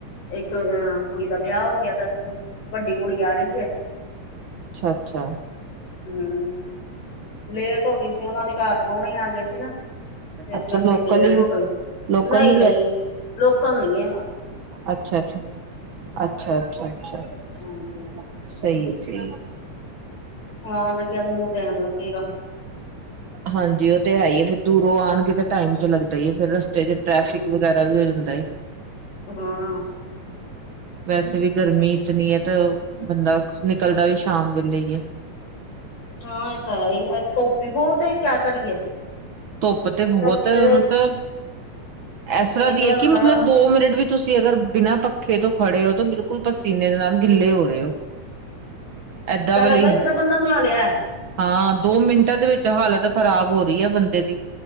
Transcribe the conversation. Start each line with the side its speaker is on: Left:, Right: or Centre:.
Left: ਇੱਕ ਅ ਕੁੜੀ ਦਾ ਵਿਆਹ ਹੋ ਗਿਆ ਤਾਂ ਇੱਥੋਂ ਵੱਡੀ ਕੁੜੀ ਆ ਰਹੀ ਐ।
Right: ਅੱਛਾ-ਅੱਛਾ।
Left: ਹੂਂ। ਲੇਟ ਹੋ ਗੀ ਸੀ, ਉੱਨਾਂ ਦੇ ਘਰ ਪ੍ਰੋਹੁਣੇ ਆ ਗਏ ਸੀ ਨਾ। ਇਸ
Right: ਅੱਛਾ
Left: ਕਰਕੇ
Right: ਲੋਕਲ
Left: ਲੇਟ
Right: ਹੀ
Left: ਹੋ ਗਈ,
Right: ਲੋਕਲ
Left: ਨਈ-ਨਈ
Right: ਹੀ
Left: ਲੋਕਲ ਨੀ ਐ।
Right: ਅੱਛਾ-ਅੱਛਾ, ਅੱਛਾ-ਅੱਛਾ-ਅੱਛਾ
Left: ਹਾਂਜੀ
Right: ਸਈ ਹੈ ਸਈ ਐ।
Left: ਹਾਂ ਲੱਗਿਆ ਮੈਨੂੰ ਟੈਮ ਲੱਗੇਗਾ।
Right: ਹਾਂਜੀ ਓ ਤੇ ਹੈ ਈਏ ਫੇਰ ਦੂਰੋਂ ਆਣਗੇ ਤੇ ਟਾਈਮ ਤੇ ਲੱਗਦਾ ਈ ਏ ਫੇਰ ਰਸਤੇ ਚ। ਟ੍ਰੈਫਿਕ
Left: ਹਾਂ
Right: ਵਗੈਰਾ ਵੀ ਹੋ ਜਾਂਦਾ ਏ।
Left: ਹਾਂ।
Right: ਵੈਸੇ ਵੀ ਗਰਮੀ ਇਤਨੀ ਐ ਤਾਂ ਬੰਦਾ ਨਿਕਲਦਾ ਵੀ ਸ਼ਾਮ ਵੇਲੇ ਈ ਐ।
Left: ਹਾਂ ਏਹ ਤਾਂ ਹੈਈ ਧੋਪੱ ਈ ਬਹੁਤ ਏ ਕਆ ਕਰੀਏ।
Right: ਧੁੱਪ ਤੇ ਬਹੁਤ
Left: ਧੁੱਪ ਚ
Right: ਮਤਲਬ, ਐਸ ਤਰ੍ਹਾਂ
Left: ਨਿਕਲਣ
Right: ਦੀ ਏ ਕਿ
Left: ਦਾ
Right: ਮਤਲਬ ਦੋ ਮਿੰਟ ਵਿੱਚ ਤੁਸੀਂ ਅਗਰ ਬਿਨਾਂ ਪੱਖੇ ਤੋਂ ਖੜੇ ਓ ਤੋ ਬਿਲਕੁਲ ਪਸੀਨੇ ਦੇ ਨਾਲ ਗਿੱਲੇ ਹੋ ਰੇ ਓ। ਏਦਾਂ ਵਲੀ,
Left: ਲੱਗਦਾ ਜਿੱਦਾਂ ਬੰਦਾ ਨਹਾ ਲਿਆ ਹੈ।
Right: ਹਾਂ ਦੋ ਮਿੰਟਾਂ ਦੇ ਵਿੱਚ ਹਾਲਤ ਖ਼ਰਾਬ ਹੋ ਰਈ ਐ ਬੰਦੇ ਦੀ।